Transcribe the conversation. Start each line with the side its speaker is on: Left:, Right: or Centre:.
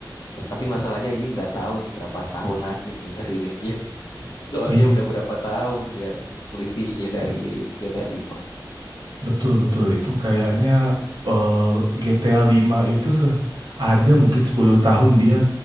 Left: Tapi masalahnya ini nggak tahu nih berapa tahun lagi nih rilisnya. <laughs> Soalnya
Right: Ih,
Left: udah berapa tahun ya selisihnya dari GTA 5.
Right: Betul, betul. Itu kayaknya eh, GTA 5 itu se ada mungkin 10 tahun dia